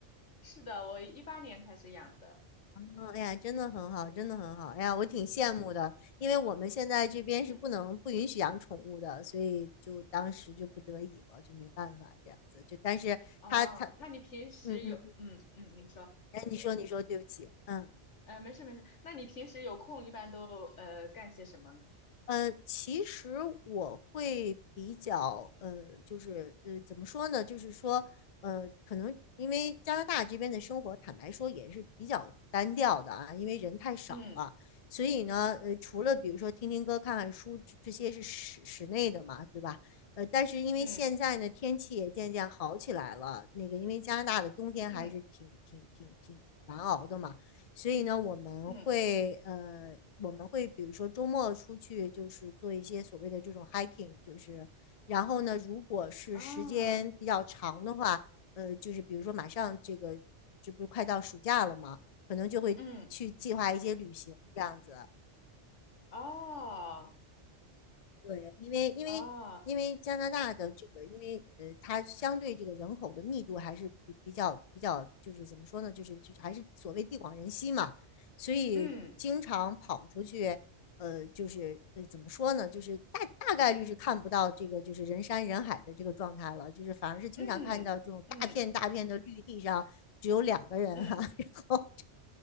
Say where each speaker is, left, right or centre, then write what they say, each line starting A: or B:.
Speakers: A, on the left; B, on the left.
A: 是的，我一八年开始养的。
B: 嗯，哎呀，真的很好，
A: 嗯
B: 真的很好。哎呀，我挺羡慕的，因为我们现在这边是不能不允许养宠物的，
A: 嗯，
B: 所以就当时就不得已了，就没办法这样子。就但是它它，
A: 哦，那你平时有，
B: 嗯嗯，嗯
A: 嗯嗯，你说，
B: 哎，你说你说，对不起，嗯。
A: 呃，没事没事，那你平时有空一般都呃干些什么呢？
B: 呃，其实我会比较呃，就是呃，怎么说呢？就是说，呃，可能因为加拿大这边的生活，坦白说也是比较单调的啊，因为人太少了，
A: 嗯
B: 所以呢，呃，除了比如说听听歌、看看书，这这些是室室内的嘛，对吧？呃，但是因为现在呢，
A: 嗯
B: 天气也渐渐好起来了，那个因为加拿大的冬天还是挺挺挺挺挺难熬的嘛。
A: 嗯
B: 所以呢，我们会呃，
A: 嗯
B: 我们会比如说周末出去，就是做一些所谓的这种 hiking，就是然后呢，如果是时间比较长的话，
A: 啊
B: 呃，就是比如说马上这个这不是快到暑假了嘛，可能就会去计划一些旅行这样子。
A: 嗯哦
B: 对，因为因为因为加拿大的这个，
A: 哦
B: 因为呃，它相对这个人口的密度还是比比较比较，就是怎么说呢，就是就还是所谓地广人稀嘛，所以经常跑出去，
A: 嗯
B: 呃，就是呃怎么说呢，就是大大概率是看不到这个就是人山人海的这个状态了，就是反而是经常看到这种大片大片的绿地上只有两个人哈、
A: 嗯嗯嗯。
B: 啊 <laughs> 然后